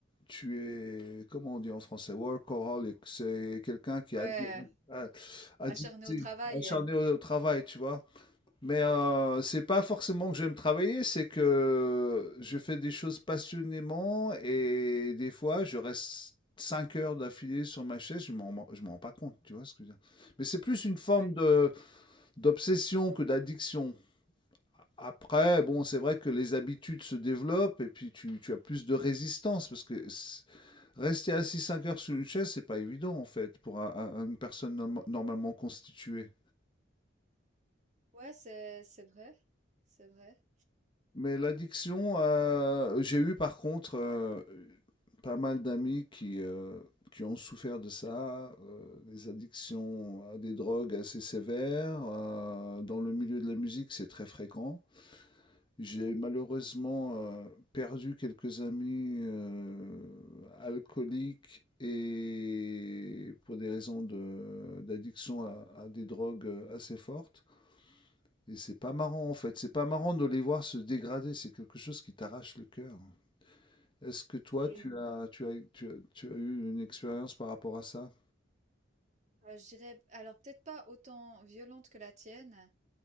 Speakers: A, on the left; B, on the right.
A: «Tu es» comment on dit en français? Workaholic. C'est quelqu'un qui
B: Ouais,
A: est addi
B: heu,
A: a addicté,
B: acharné au travail,
A: acharné au travail, tu vois? Mais euh, c'est pas forcément que j'aime travailler, c'est que je fais des choses passionnément et des fois je reste 5 heures d'affilée sur ma chaise, je m'en je m'en rends pas compte, tu vois ce que je veux dire? Mais c'est plus une forme
B: Ouais.
A: de d'obsession que d'addiction. Après, bon, c'est vrai que les habitudes se développent et puis tu, tu as plus de résistance parce que s- rester assis 5 heures sur une chaise, c'est pas évident en fait pour un- un- une personne norm- normalement constituée.
B: Ouais, c'est c'est vrai, c'est vrai
A: Mais l'addiction, heu, j'ai eu par contre, heu, pas mal d'amis qui, heu, qui ont souffert de ça, heu, des addictions à des drogues assez sévères, heu, dans le milieu de la musique, c'est très fréquent. J'ai
B: Ah.
A: malheureusement, heu, perdu quelques amis, heu, alcooliques et pour des raisons de d'addiction à à des drogues, assez fortes. Et c'est pas marrant en fait, c'est pas marrant de les voir se dégrader, c'est quelque chose qui t'arrache le cœur. Est-ce que toi,
B: et
A: tu as, tu as, tu as, tu as eu une expérience par rapport à ça?
B: bah, je dirais alors peut-être pas autant violente que la tienne,